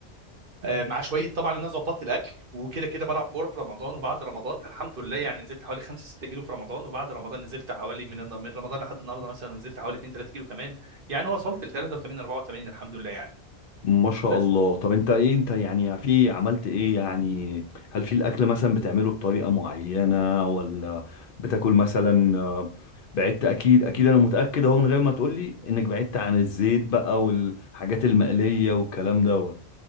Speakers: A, on the right; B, on the left.
A: آه، مع شويه طبعا ان انا ظبطت الاكل وكده كده بلعب كوره في رمضان وبعد رمضان الحمد لله يعني نزلت حوالي 5 6 كيلو في رمضان وبعد رمضان نزلت حوالي من من رمضان لحد النهارده مثلا نزلت حوالي 2 3 كيلو كمان يعني وصلت ل 83 84 الحمد لله يعني
B: ما شاء
A: بس
B: الله طب أنت إيه أنت يعني في عملت إيه يعني هل في الأكل مثلا بتعمله بطريقة معينة ولا بتاكل مثلا آه، بعدت أكيد أكيد أنا متأكد أهو من غير ما تقولي إنك بعدت عن الزيت بقى والحاجات المقلية والكلام دوت